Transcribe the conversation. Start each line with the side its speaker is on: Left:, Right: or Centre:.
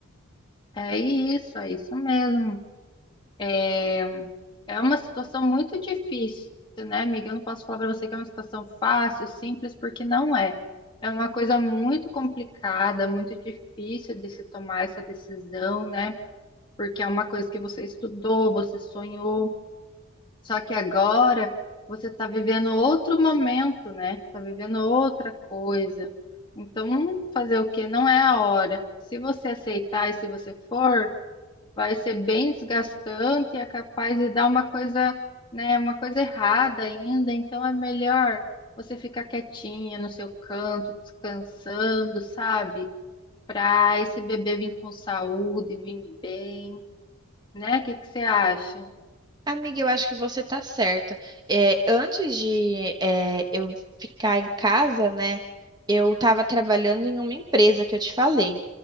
Left: É isso, é isso mesmo. É, é uma situação muito difícil, né, amiga? Eu não posso falar para você que é uma situação fácil, simples, porque não é. É uma coisa muito complicada, muito difícil de se tomar essa decisão, né? porque é uma coisa que você estudou, você sonhou, só que agora você está vivendo outro momento, né? Está vivendo outra coisa. Então, fazer o quê? Não é a hora. Se você aceitar e se você for, vai ser bem desgastante e é capaz de dar uma coisa, né, uma coisa errada ainda. Então, é melhor você ficar quietinha no seu canto, descansando, sabe? Para esse bebê vir com saúde, vir bem né? O que que você acha?
Right: Amiga, eu acho que você tá certa. É, antes de é, eu ficar em casa, né, eu estava trabalhando em uma empresa que eu te falei.